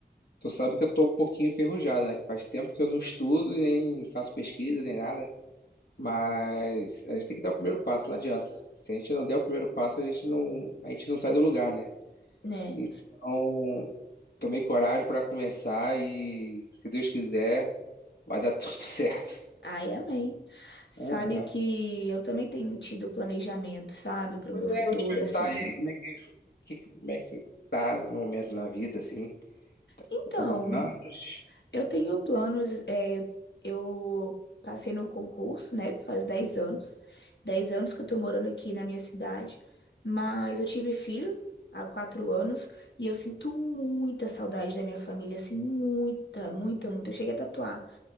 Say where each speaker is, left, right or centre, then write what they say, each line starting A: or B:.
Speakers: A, on the left; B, on the left.
A: tu sabe que eu tô um pouquinho enferrujado, né? Que faz tempo que eu não estudo, nem faço pesquisa, nem nada. Mas a gente tem que dar o primeiro passo, não adianta. Se a gente não der o primeiro passo, a gente não, a gente não sai do lugar, né?
B: né?
A: Então, tomei coragem para começar e, se Deus quiser, vai dar tudo <laughs> certo.
B: Ai, amém. Sabe
A: Aham.
B: que eu também tenho tido planejamento, sabe, para
A: Pois
B: o meu futuro,
A: é, eu ia te perguntar,
B: assim.
A: e aí, como é que, que- como é que você tá no momento na vida, assim?
B: Então,
A: Tá com planos?
B: Eu tenho planos, é, eu passei no concurso, né? Faz 10 anos. dez anos que eu tô morando aqui na minha cidade, mas eu tive filho há 4 anos e eu sinto muita saudade da minha família, assim, muita, muita, muita. Eu cheguei a tatuar